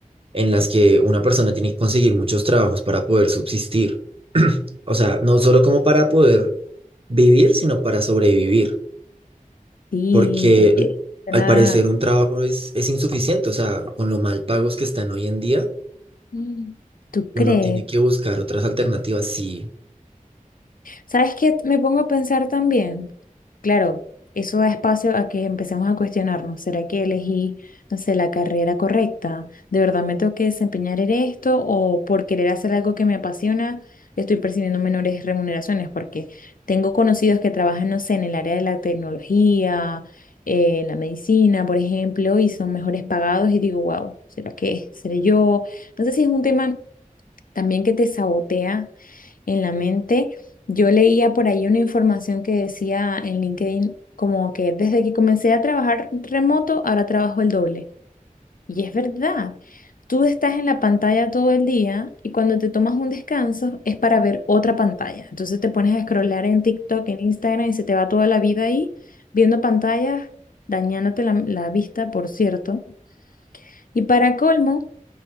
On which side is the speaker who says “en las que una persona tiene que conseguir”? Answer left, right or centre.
Right